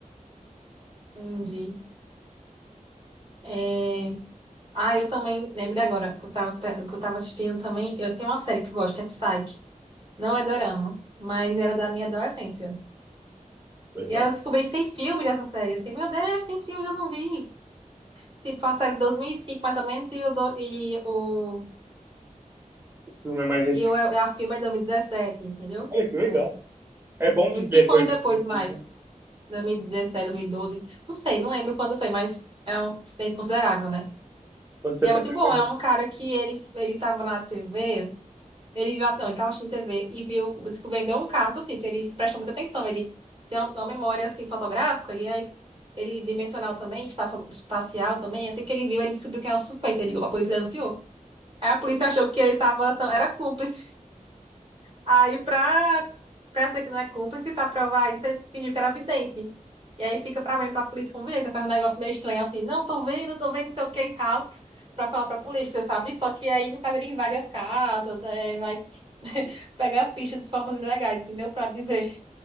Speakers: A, on the right (about 40°); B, on the right (about 15°).
A: Entendi. É... Ah, eu também, lembrei agora, que eu tava, que eu tava assistindo também, eu tenho uma série que eu gosto, que é Psyche. Não é dorama, mas era da minha adolescência.
B: Legal.
A: E aí eu descobri que tem filme dessa série. Eu fiquei, meu Deus, tem filme, eu não vi. Tipo, a série de 2005, mais ou menos, e o, do- e o,
B: O filme é mais recente.
A: e o é, a filme é 2017, entendeu?
B: Olha que legal.
A: Tipo,
B: É
A: um-
B: bom de
A: uns
B: ver
A: cinco
B: coisa
A: anos depois,
B: antiga,
A: mais.
B: né?
A: 2017, 2012. Não sei, não lembro quando foi, mas é um tempo considerável, né?
B: Quando você
A: E é
B: pega
A: muito bom,
B: coisa
A: é um cara que ele, ele tava na TV, ele viu, a- não, ele tava assistindo TV e viu, descobriu um caso, assim, porque ele presta muita atenção, ele tem um, uma memória, assim, fotográfica, e aí ele dimensional também, espaço- espacial também, assim que ele viu, ele descobriu que era um suspeito, ele ligou pra polícia e denunciou. Aí a polícia achou que ele tava, tão- era cúmplice, Aí, pra, pra dizer que não é cúmplice, pra provar isso, eles pediram que era vidente. E aí fica pra mim, pra polícia convencer, faz um negócio meio estranho assim, não, tô vendo, tô vendo, não sei o que e tal, pra falar pra polícia, sabe? Só que aí, no caso, ele invade as casas, é, vai <laughs> pegar pistas de formas ilegais, entendeu? Pra dizer